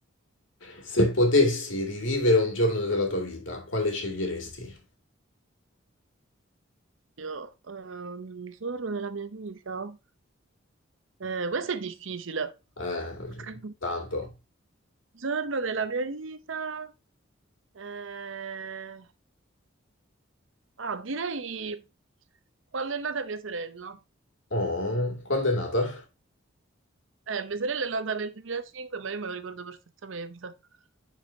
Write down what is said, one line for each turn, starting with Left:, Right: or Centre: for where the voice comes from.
Left: Se potessi rivivere un giorno della tua vita, quale sceglieresti?
Right: Io, ehm, un giorno nella mia vita. Eh, questo è difficile.
Left: Eh,
Right: <laughs>
Left: tanto.
Right: Giorno della mia vita, eh, ah, direi quando è nata mia sorella.
Left: Oh, quando è nata?
Right: Eh, mia sorella è nata nel 2005, ma io me lo ricordo perfettamente. <laughs>